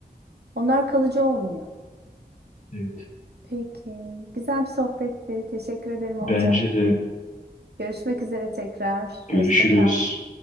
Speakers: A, on the right; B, on the left.
A: Onlar kalıcı olmuyor.
B: Evet.
A: Peki, güzel bir sohbetti. Teşekkür ederim Olcay.
B: Bence de
A: Görüşmek üzere tekrar.
B: görüşürüz.
A: Hoşça kal.